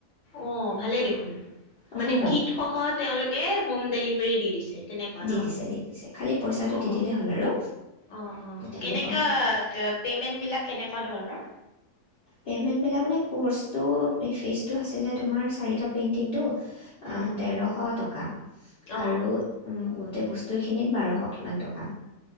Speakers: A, on the left (about 65°); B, on the left (about 50°).
A: অ' ভালেই দেখোন,
B: অ',
A: মানে কিট সহ তেওঁলোকে হোম ডেলিভাৰী দি দিছে, তেনেকুৱা
B: দি
A: ন
B: দিছে দি দিছে খালি পইচাটো দি
A: অ'
B: দিলেই হ'ল আৰু
A: অ'কেনেকুৱা
B: তেওঁলোকক
A: পেমেণ্ট বিলিক তেনেকোৱা ধৰণৰ।
B: পেমেণ্ট বিলাক মানে কৰ্চ্ছটো ফিছ টো আছিলে তোমাৰ চাৰিটা পেণ্ডিং টো
A: উম উম
B: তেৰশ টকা,
A: অ
B: আৰু
A: অ
B: গোতেই বস্তু বস্তুখিনিত বাৰশ কিমান টকা।